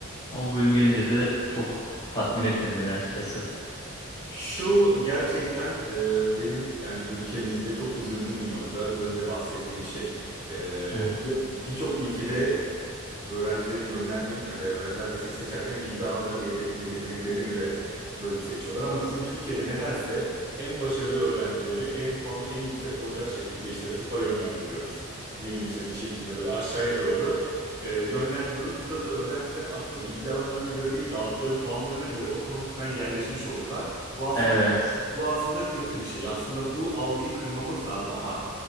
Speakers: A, on the left (about 15°); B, on the right (about 20°).
A: Ama bu bölüm gelince de çok tatmin etmedi beni açıkçası.
B: Şu gerçekten e, benim yani ülkemizde çok üzüldüğüm bir nokta. Bir önce bahsettiğin şey. E,
A: Evet.
B: birçok ülkede öğrencileri yönlendirirken veya öğrenciler meslek seçerken ilgi alanları ve yete- yeteneklerine göre bölüm seçiyorlar. Ama bizim Türkiye'de nedense en başarılı öğrencileri en puanı en yüksek olacak şekilde işte tıpa yönlendiriyoruz. Ne bileyim işte diş hekimliğine böyle aşağıya doğru e, yönlendiriyoruz. Burada da öğrenciler aslında ilgi alanlarına göre değil de aldıkları puanlarına göre otomatikmen yerleşmiş oluyorlar. Bu aslında
A: Evet.
B: bu aslında kötü bir şey. Aslında bu algıyı kırmamız lazım ama